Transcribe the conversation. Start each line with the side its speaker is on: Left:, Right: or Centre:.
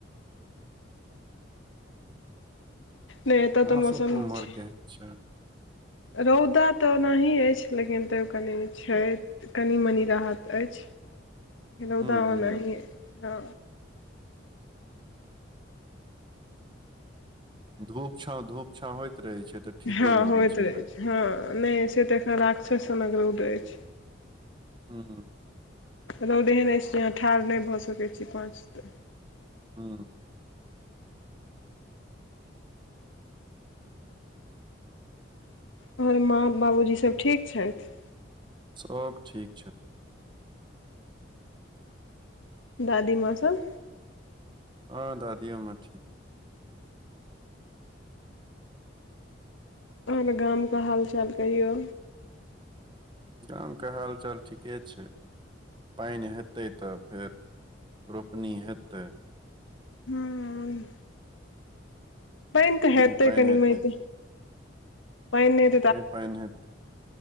Left: नहि एतऽ
Right: अहाँ
Left: तऽ मौसम
Right: सबके उम्हर
Left: छै
Right: केहन छै
Left: रौदा तऽ ओनाही अछि लेकिन तऽ कनि छै कनि मनी राहत अछि रौदा
Right: हूँ
Left: ओनाही अछि हँ
Right: धूप छा धूप छा होइत रहै छै तऽ ठीको
Left: हँ
Right: लगै
Left: होइत रहे
Right: कनि
Left: छै हँ नहि से तऽ एखन राक्षस रौद अछि
Right: हँ
Left: रौद एहन अछि जे अहाँ ठाढ़ नहि भऽ सकैत छी पाँच तऽ
Right: हँ
Left: आओर माँ बाबूजी सब ठीक छथि
Right: सब ठीक छै
Left: दादीमाँ सब
Right: हँ दादियौमे ठीक
Left: हर गामके हालचाल कहिौ
Right: गामके हालचाल ठीके छै पानि हेतै तऽ फेर रोपनी हेतै
Left: हूँ बैन तऽ हतैक
Right: नहि पानि
Left: निमत
Right: हेतै
Left: बैनत
Right: नहि पानि हेतै